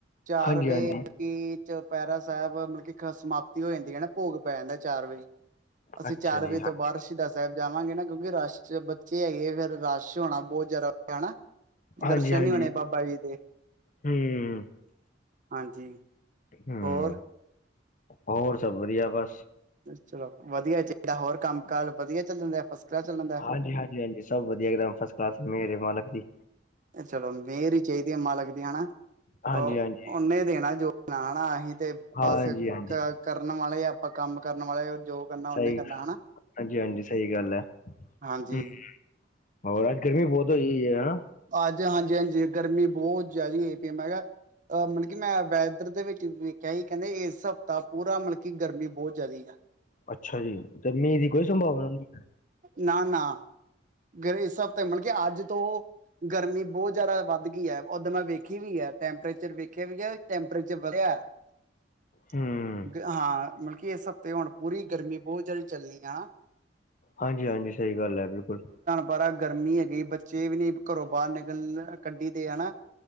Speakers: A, on the right; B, on the left.
A: ਚਾਰ
B: ਹਾਂਜੀ
A: ਵੇ
B: ਹਾਂਜੀ
A: ਕਿ ਚੁਪਹਿਰਾ ਸਾਹਿਬ, ਮੁੜ ਕੇ ਸਮਾਪਤੀ ਹੋ ਜਾਂਦੀ ਹੈ ਨਾ, ਭੋਗ ਪੈ ਜਾਂਦਾ ਚਾਰ ਵਜੇ। ਅਸੀਂ
B: ਅੱਛਾ
A: ਚਾਰ
B: ਜੀ
A: ਵਜੇ
B: ਹਾਂ
A: ਫੇਰ ਸ਼ਹਿਦਾ ਸਾਹਿਬ ਜਾਵਾਂਗੇ ਨਾ, ਕਿਉਂਕਿ ਰਸ਼ ਚ ਬੱਚੇ ਹੈਗੇ ਫਿਰ ਰਸ਼ ਹੋਣਾ, ਬਹੁਤ ਜ਼ਿਆਦਾ ਹਣਾ?
B: ਹਾਂਜੀ
A: ਦਰਸ਼ਨ
B: ਹਾਂਜੀ
A: ਨੀ ਹੋਣੇ ਬਾਬਾ ਜੀ ਦੇ,
B: ਹਮ
A: ਹਾਂਜੀ।
B: ਹਮ,
A: ਹੋਰ
B: ਹੋਰ ਸਭ ਵਧੀਆ। ਬਸ
A: ਚਲੋ ਵਧੀਆ ਚਾਹੀਦਾ ਹੋਰ ਕੰਮ-ਕਜ ਵਧੀਆ ਚੱਲਣ ਦਾ ਫਸਟ ਕਲਾਸ ਚੱਲਣ ਦਾ?
B: ਹਾਂਜੀ, ਹਾਂਜੀ, ਹਾਂਜੀ ਸਭ ਵਧੀਆਮ ਫਸਟ ਕਲਾਸ ਮੇਰੇ ਮਾਲਕ ਦੀ।
A: ਚਲੋ ਮਿਹਰ ਹੀ ਚਾਹੀਦੀ ਮਾਲਕ ਦੀ ਹਨਾ?
B: ਹਾਂਜੀ-ਹਾਂਜੀ,
A: ਉਹ ਉਹਨੇ ਦੇਣਾ ਜੋ ਲਾਣਾ ਅਸੀਂ ਤੇ
B: ਹਾਂਜੀ-ਹਾਂਜੀ,
A: ਬਸ- ਕਰਨ ਵਾਲੇ ਆਪਾਂ ਕੰਮ ਕਰਨ ਵਾਲੇ, ਜੋ ਕਰਨਾ ਉਹਨੇ
B: ਸਹੀ
A: ਕਰਨਾ ਹੈਨਾ?
B: ਹਾਂਜੀ-ਹਾਂਜੀ ਸਹੀ ਗੱਲ ਐ।
A: ਹਾਂਜੀ।
B: ਹੂੰ, ਹੋਰ? ਅੱਜ ਗਰਮੀ ਬਹੁਤ ਹੋਈ ਹੈ ਹਨ?
A: ਅੱਜ ਹਾਂਜੀ-ਹਾਂਜੀ ਗਰਮੀ ਬਹੁਤ ਜ਼ਿਆਦਾ ਹੋ ਪਈ ਮੈਂ ਗਾ ਅ ਮਤਲਬ ਕਿ ਮੈਂ ਵੈਦਰ ਦੇ ਵਿੱਚ ਵੇਖਿਆ ਹੀ ਕਹਿੰਦੇ ਇਸ ਹਫ਼ਤਾ ਪੂਰਾ ਮਤਲਬ ਕਿ ਗਰਮੀ ਬਹੁਤ ਜ਼ਿਆਦਾ ਆ।
B: ਅੱਛਾ ਜੀ? ਤੇ ਮੀਂਹ ਦੀ ਕੋਈ ਸੰਭਾਵਨਾ ਨੀ?
A: ਨਾ-ਨਾ, ਗਰਮੀ ਇਸ ਹਫ਼ਤੇ ਮਤਲਬ ਕੇ ਅੱਜ ਤੋਂ ਗਰਮੀ ਬਹੁਤ ਜ਼ਿਆਦਾ ਵੱਧ ਗਈ ਹੈ, ਉੱਦਾਂ ਮੈਂ ਵੇਖੀ ਵੀ ਹੈ ਟੈਂਪਰੇਚਰ ਵੇਖਿਆ ਵੀ ਹੈ ਟੈਂਪਰੇਚਰ ਵਧਿਆ। <inaudible>
B: ਹੂੰ,
A: ਹਾਂ, ਮਤਲਬ ਕੀ ਇਸ ਹਫ਼ਤੇ ਹੁਣ ਪੂਰੀ ਗਰਮੀ ਬਹੁਤ ਜਿਆਦਾ ਚੱਲਣੀ ਆ।
B: ਹਾਂਜੀ-ਹਾਂਜੀ, ਸਹੀ ਗੱਲ ਹੈ, ਬਿਲਕੁਲ।
A: ਬਾਰਾ ਗਰਮੀ ਹੈਗੀ, ਬੱਚੇ ਵੀ ਨੀ ਘਰੋਂ ਬਾਹਰ ਨਿਕਲ ਕੱਢੀ ਤੇ ਹਨਾ?